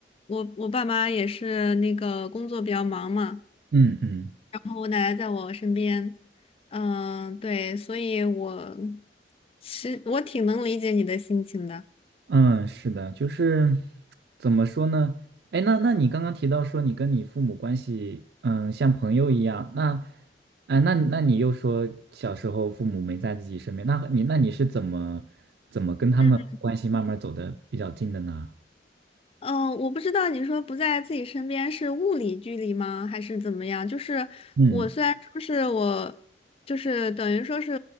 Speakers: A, on the left; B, on the right.
A: 我我爸妈也是那个工作比较忙嘛。
B: 嗯嗯
A: 然后我奶奶在我身边，嗯，对，所以我其实我挺能理解你的心情的。
B: 嗯，是的，就是怎么说呢？哎，那那你刚刚提到说你跟你父母关系，嗯，像朋友一样，那，哎，那那你又说小时候父母没在自己身边，那你那你是怎么怎么跟他们关系慢慢走的比较近的呢？
A: 嗯，嗯，呃我不知道你说不在自己身边是物理距离吗，还是怎么样？就是我虽然说是我，
B: 嗯，
A: 就是等于说是